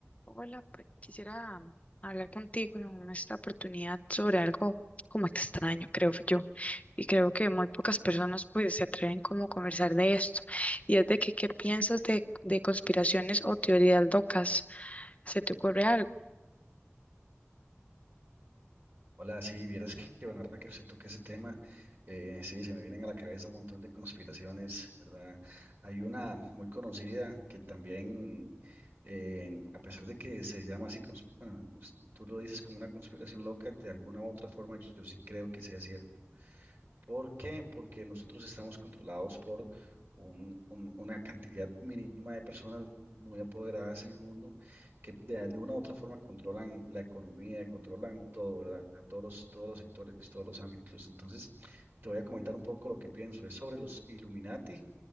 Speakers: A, on the left; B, on the right.
A: Hola, pues quisiera hablar contigo en esta oportunidad sobre algo como extraño, creo yo, y creo que muy pocas personas pues se atreven como a conversar de esto. Y es de que, ¿qué piensas de, de conspiraciones o teorías locas? ¿Se te ocurre algo?
B: Hola, sí, vieras que, que bueno, ahora que usted toca ese tema, eh, sí, se me vienen a la cabeza un montón de conspiraciones, ¿verdad? Hay una muy conocida que también, eh, a pesar de que se llama así, cons- bueno, pues, tú lo dices como una conspiración loca, de alguna u otra forma yo sí creo que sea cierto. ¿Por qué? Porque nosotros estamos controlados por un- un- una cantidad mínima de personas muy apoderadas en el mundo que de alguna u otra forma controlan la economía, y controlan todo, ¿verdad? Todos los, todos los sectores, todos los ámbitos. Entonces, te voy a comentar un poco lo que pienso. Es sobre los Illuminati